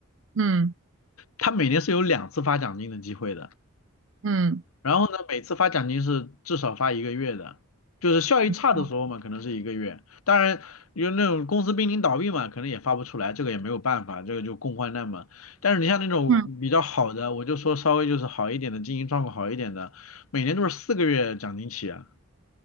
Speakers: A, on the right; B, on the left.
A: 嗯
B: 它每年是有两次发奖金的机会的。
A: 嗯
B: 然后呢，每次发奖金是至少发一个月的，就是效益差的时候嘛，
A: 嗯
B: 可能是一个月。当然，有那种公司濒临倒闭嘛，可能也发不出来，这个也没有办法，这个就共患难嘛。但是你像那种比较好的，
A: 嗯
B: 我就说稍微就是好一点的，经营状况好一点的，每年都是四个月奖金起啊，